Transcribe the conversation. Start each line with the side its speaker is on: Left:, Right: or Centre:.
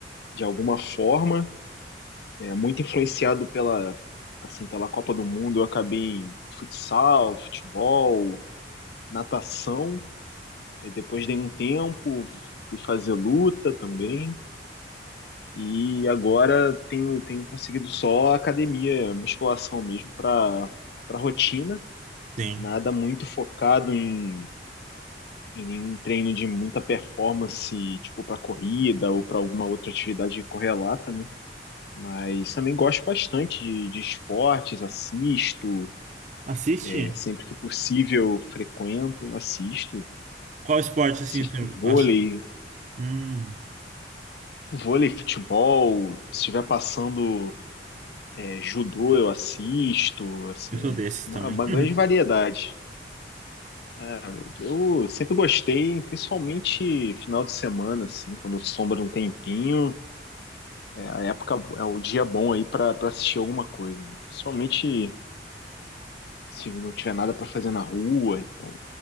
Left: de alguma forma. É, muito influenciado pela, assim, pela Copa do Mundo, eu acabei em futsal, futebol, natação. E depois dei um tempo, fui fazer luta também. E agora tenho, tenho conseguido só academia, musculação mesmo, para para rotina.
Right: Sim.
Left: Nada muito focado em, em nenhum treino de muita performance, tipo para corrida ou para alguma outra atividade correlata, né? Mas também gosto bastante de, de esportes, assisto,
Right: Assiste?
Left: é, sempre que possível frequento, assisto.
Right: Qual esporte assim
Left: Assisto
Right: você
Left: vôlei,
Right: acha? Hum,
Left: Vôlei, futebol, se estiver passando é, judô, eu assisto, assim,
Right: eu sou desses
Left: uma,
Right: também.
Left: uma
Right: <laughs>
Left: grande variedade. É, eu sempre gostei, principalmente final de semana, assim, quando sobra um tempinho, é, a época é o dia bom aí para assistir alguma coisa. Principalmente se não tiver nada para fazer na rua, então